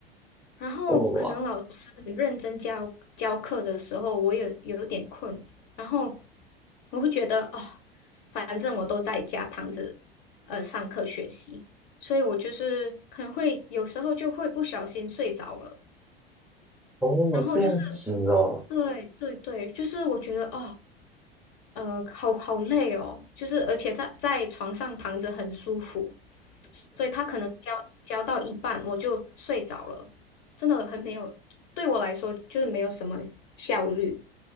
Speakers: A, on the left; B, in the centre.
A: 然后可能老师很认真教教课的时候，
B: 哇，
A: 我也有点困，然后我会觉得哦，反正我都在家躺着，呃，上课学习，所以我就是可能会有时候就会不小心睡着了，
B: 哦，
A: 然后就是，
B: 这样子哦。
A: 对对对，就是我觉得哦，呃，好好累哦，就是而且在在床上躺着很舒服，所以他可能教教到一半我就睡着了，真的很没有，对我来说就是没有什么效率。